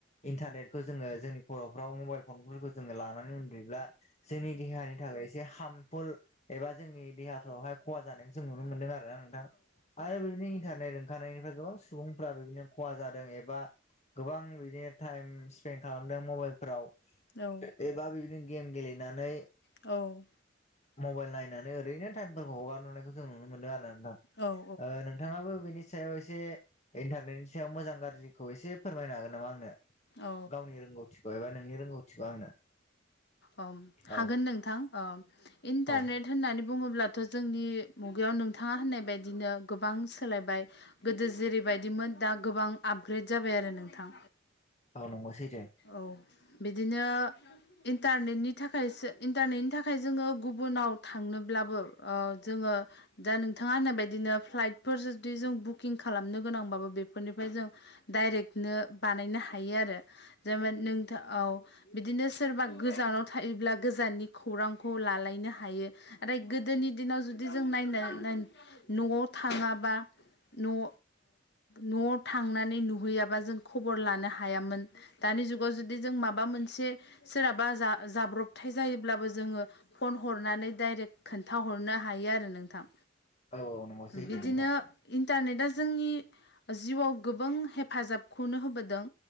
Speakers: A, on the left; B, on the left.
A: इन्टारनेटखौ जोङो जोंनि खर'फ्राव मबाइल फनफोरखौ जोङो लानानै उन्दुयोब्ला जोंनि देहानि थाखाय एसे हार्मफुल एबा जोंनि देहाफ्रावहाय खहा जानाय जों नुनो मोन्दों आरोना नोंथां आरो बिनि इन्टारनेट ओंखानायनिफ्राय गोबां सुबुंफ्रा बेदिनो खहा जादों एबा गोबां बिदिनो टाइम स्पेन्ड खालामदों मबाइलफोराव
B: औ
A: बा बिदिनो गेम गेलेनानै
B: औ
A: मबाइल नायनानै ओरैनो टाइमफोरखौ हगारहरनायखौ जों नुनो मोनो आरोना नोंथां ओ
B: औ
A: नोंथाङाबो बिनि सायाव एसे इन्टारनेटनि सायाव मोजां गाज्रिखौ एसे फोरमायनो हागोन नामा आंनो
B: औ
A: गावनि रोंगौथिखौ एबा नोंनि रोंगौथिखौ आंनो
B: उम
A: औ
B: हागोन नोंथां इन्टारनेट
A: औ
B: होननानै बुङोब्लाथ' जोंनि मुगायाव नोंथाङा होननाय बादिनो गोबां सोलायबाय गोदो जेरैबायदिमोन दा गोबां आपग्रेड जाबाय आरो नोंथां
A: औ नंगौ सै
B: औ बिदिनो इन्टारनेटनि थाखायसो इन्टारनेटनि थाखाय जोङो गुबुनाव थांनोब्लाबो जोङो दा नोंथाङा होननाय बायदिनो फ्लाइटफोर जुदि जों बुकिं खालामनो गोनांबाबो बेफोरनिफ्राय जों डाइरेक्टनो बानायनो हायो आरो जेनबा नोंथा औ बिदिनो सोरबा गोजानाव थायोब्ला गोजाननि खौरांखौ लालायनो हायो आरो गोदोनि दिनाव जुदि जों नायनो न'आव थाङाबा न' ओ न'आव थांनानै नुहैयाबा जों खबर लानो हायामोन दानि जुगाव जुदि जों माबा मोनसे सोरहाबा जा जाब्रबथाय जायोब्लाबो जोङो फन हरनानै डाइरेक्ट खोन्थाहरनो हायो आरो नोंथां
A: औ नंगौ सैथो
B: बिदिनो
A: नोंथां
B: इन्टारनेटा जोंनि जिउआव गोबां हेफाजाबखौनो होबोदों